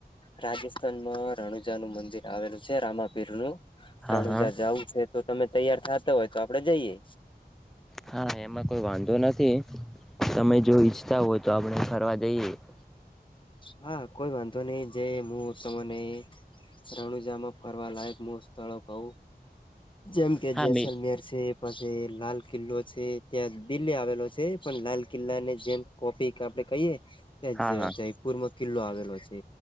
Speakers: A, on the left; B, in the centre.
A: રાજસ્થાનમાં રણુજા નું મંદિર આવેલું છે. રામાપીર નું
B: હા
A: રણુજા
B: હા.
A: જાવું છે. તો તમે તૈયાર થા હોય તો આપડે જઈએ.
B: હા એમાં કોઈ વાંધો ન થી. તમે જો ઈચ્છતા હોય તો આપણે ફરવા <unintelligible>
A: હા કોઈ વાંધો નઈ જે મુું તમને રણુ જામા ફરવા લાયક મૂળ સ્થળો હો જેમ કે
B: હા
A: જેૈસલ
B: મે
A: મેર સે પછે લાલ કિલ્લો છે. ત્યાં દિલ્હી આવેલો છે, પણ લાલ કિલ્લા ને જેમ કોપીક આપડે કહીએ <unintelligible>
B: હા હા
A: કિલ્લો આવેલો છે.